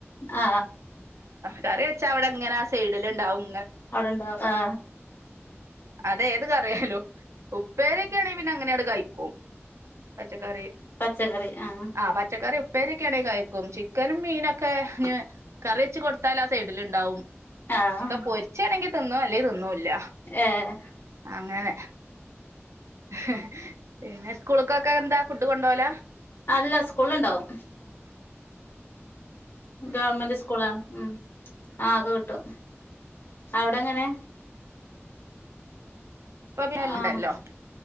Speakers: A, on the left; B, on the right.
A: ആ
B: കറി വെച്ചാ അവിടെങ്ങനെ സൈഡിൽ ഉണ്ടാവും
A: അവിടെണ്ടാവും ആ
B: അത് ഏത് കറിയായാലും ഉപ്പേരൊക്കെയാണെങ്കിൽ പിന്നെ അങ്ങനെയങ്ങ് കഴിക്കും പച്ചക്കറി
A: പച്ചക്കറി ആഹ്
B: ആ പച്ചക്കറി ഉപ്പേരി ഒണെങ <unintelligible> കഴിക്കും ചിക്കനും മീനൊക്കെ കറി വെച്ച് കൊടുത്താൽ ആ സൈഡിൽ ഉണ്ടാവും
A: ആഹ്
B: ചിക്കൻ പൊരിച്ചാണെങ്കിൽ തിന്നോ അല്ലെങ്ക തിന്നോ <unintelligible> ല്ല
A: ഏഹ്
B: അങ്ങനെ ഹ ഹ പിന്നെ സ്കൂൾക്കൊക്കെ എന്താ ഫുഡ് കൊണ്ടപോല
A: അല്ല സ്കൂളുണ്ടാവും ഗവൺമെന്റ് സ്കൂളാണ് ഉം ആ ഒക്കെ കിട്ടും അവിടെങ്ങനെ
B: ഇപ്പൊ പിണ്ടല്ലോ
A: ആഹ്